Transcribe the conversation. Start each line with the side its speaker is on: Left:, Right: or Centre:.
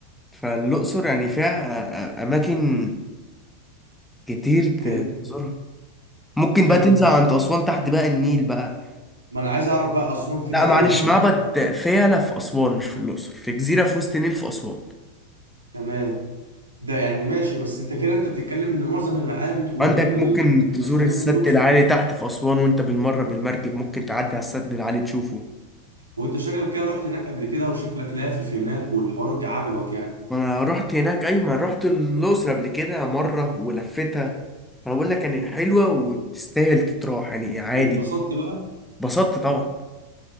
Centre: فالأقصر يعني فيها أ- أ- أماكن كتير
Right: حلو
Centre: تزورها ممكن
Right: حلو
Centre: بقى تنزل عند أسوان تحت بقى النيل بقى
Right: ما انا عايز اعرف بقى اسوان فيها
Centre: لا
Right: ايه
Centre: معلش
Right: يعني
Centre: معبد
Right: مين-
Centre: فيلة في أسوان مش في الأقصر في جزيرة في وسط النيل في أسوان
Right: تمام ده يعني ماشي بس انت كده انت بتتكلم ان معظم المعابد والاماكن
Centre: عندك ممكن تزور
Right: الاثريه
Centre: السد
Right: في الاقصر
Centre: العالي تحت في أسوان وأنت بالمرة بالمركب ممكن تعدي على السد العالي تشوفه
Right: وانت شكلك كده رحت هناك قبل كده وشكلك لافف هناك والحوار جا- عجبك يعني
Centre: ما أنا رحت هناك أيوة ما أنا رحت الأقصر قبل كده مرة ولفتها فأنا بقول لك يعني حلوة وتستاهل تتراح يعني عادي
Right: اتبسطت بقى
Centre: اتبسطت طبعا